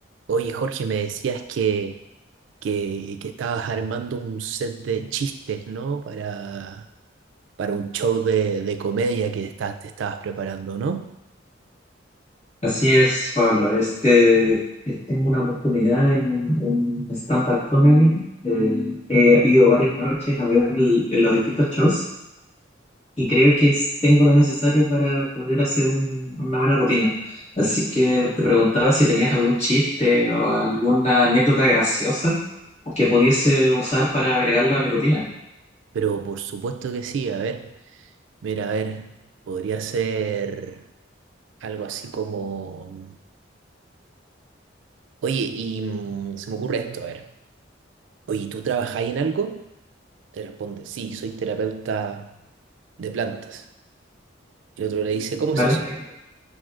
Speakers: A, on the right; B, on the left.
A: Oye, Jorge, me decías que, que, que estabas armando un set de chistes, ¿no? Para, para un show de, de comedia que estás, te estabas preparando, ¿no?
B: Así es, Pablo. Este, eh, tengo una oportunidad en un un stand-up comedy. Eh, he ido varias noches a ver l- los distintos shows y creo que es- tengo lo necesario para poder hacer un- una buena rutina. Así que te preguntaba si tenías algún chiste o alguna anécdota graciosa que pudiese usar para agregarlo a mi rutina,
A: Pero por supuesto que sí, a ver, mira, a ver, podría ser algo así como... Oye, y mm, se me ocurre esto, a ver. Oye, ¿tú trabajáis en algo? Te responde, sí, soy terapeuta de plantas. Y el otro le dice, ¿cómo
B: ¿vale?
A: es eso?